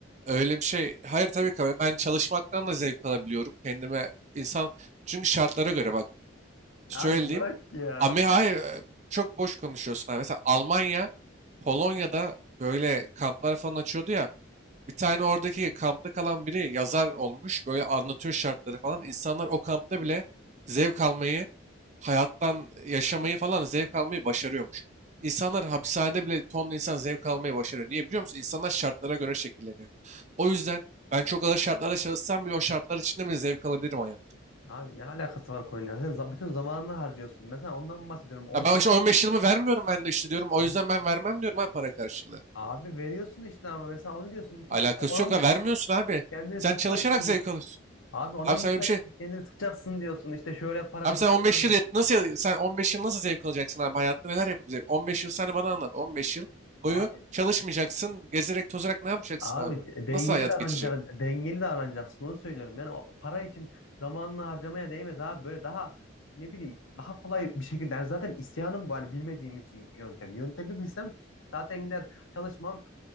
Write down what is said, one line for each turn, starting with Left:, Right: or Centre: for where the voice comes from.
Right: Öyle bir şey. Hayır tabii ki. Ben çalışmaktan da zevk alabiliyorum. Kendime insan. Çünkü şartlara göre bak. Şöyle
Left: Abi
Right: diyeyim.
Left: bırak ya.
Right: Ama hayır. e, Çok boş konuşuyorsun. abi. Mesela Almanya, Polonya'da böyle kamplar falan açıyordu ya. Bir tane oradaki kampta kalan biri yazar olmuş. Böyle anlatıyor şartları falan. İnsanlar o kampta bile zevk almayı, hayattan yaşamayı falan zevk almayı başarıyormuş. İnsanlar hapishanede bile tonla insan zevk almayı başarıyor. Niye biliyor musun? İnsanlar şartlara göre şekilleniyor. O yüzden ben çok ağır şartlarda çalışsam bile o şartlar içinde bile zevk alabilirim hayatta.
Left: Abi ne alakası var konuyla? Sen za- bütün zamanını harcıyorsun. Mesela ondan mı bahsediyorum. On,
Right: Ya ben
Left: on-
Right: işte 15 yılımı vermiyorum ben de işte diyorum. O
Left: on-
Right: yüzden ben vermem diyorum ha para karşılığı.
Left: abi veriyorsun işte ama mesela onu diyorsun. 2,
Right: Alakası
Left: on 15
Right: yok ha vermiyorsun
Left: sene
Right: abi.
Left: kendini
Right: Sen
Left: sıkacaksın
Right: çalışarak zevk
Left: diyor.
Right: alıyorsun.
Left: Abi on
Right: Abi
Left: 15
Right: sen öyle
Left: sene
Right: bir şey
Left: kendini sıkacaksın diyorsun. İşte şöyle para
Right: Abi
Left: kazanırım
Right: sen 15
Left: falan
Right: yıl
Left: diyorsun.
Right: yet- nasıl ya- sen 15 yıl nasıl zevk alacaksın abi hayatta neler yapabilecek? 15 yıl sen bana anlat. 15 yıl
Left: Abi
Right: boyu çalışmayacaksın, gezerek tozarak ne yapacaksın
Left: Abi
Right: abi?
Left: de- dengeli
Right: Nasıl hayat
Left: davranacak,
Right: geçecek?
Left: dengeli davranacaksın onu söylüyorum. Yani o para için zamanını harcamaya değmez abi. Böyle daha ne bileyim daha kolay bir şekilde. Yani zaten isyanım bu hani bilmediğim için yöntem. Yöntemi bilsem zaten gider çalışmam